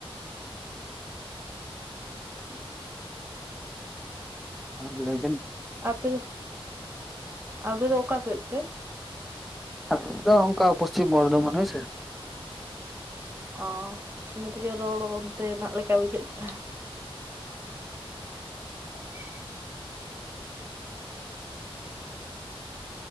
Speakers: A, on the right; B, in the centre.
A: ᱦᱩᱸᱜ <inaudible>
B: ᱥᱟᱱᱟᱢ ᱞᱮᱭ ᱵᱤᱱ ᱾
A: ᱟ ᱯᱮ ᱫᱚ ᱟᱵᱮ ᱚᱠᱟ ᱥᱮᱫ ᱛᱮ?
B: ᱟᱞᱮ ᱫᱚ ᱚᱱᱠᱟ ᱯᱚᱥᱪᱤᱢ ᱵᱚᱨᱫᱷᱚᱢᱟᱱ ᱦᱳᱭ ᱥᱮ᱾
A: ᱚ ᱤᱱᱟᱹ ᱛᱮᱜᱮ ᱨᱚᱲ ᱚᱱᱛᱮᱱᱟᱜ ᱞᱮᱠᱟ ᱵᱩᱡᱷᱟᱹᱜ ᱠᱟᱱᱟ᱾ <inaudible>